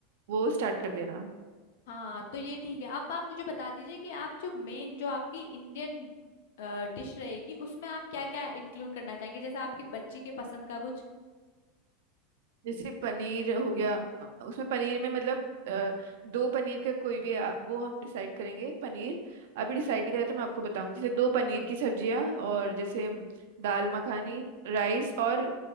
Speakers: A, on the right; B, on the left.
A: वो स्टार्ट कर देना
B: हाँ तो ये ठीक है अब आप मुझे बता दीजिए कि आप जो मेन जो आपकी इंडियन डिश रहेगी उसमें आप क्या क्या इंक्लूड करना चाहेंगे जैसे आपकी बच्ची के पसंद का कुछ
A: जैसे पनीर हो गया उसमें पनीर में मतलब अ, दो पनीर का कोई भी आ, वो हम डिसाइड करेंगे पनीर अभी डिसाइड नहीं करा तो मैं आपको बताऊंगी जैसे दो पनीर की सब्जियां और जैसे म- दाल मखानी राइस और